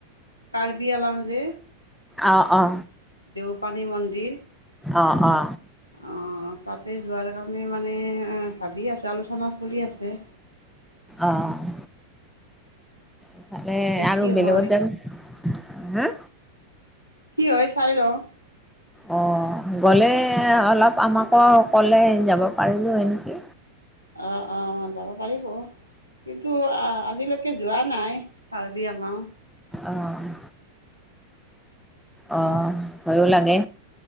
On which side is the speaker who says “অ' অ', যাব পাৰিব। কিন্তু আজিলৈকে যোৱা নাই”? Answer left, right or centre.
Left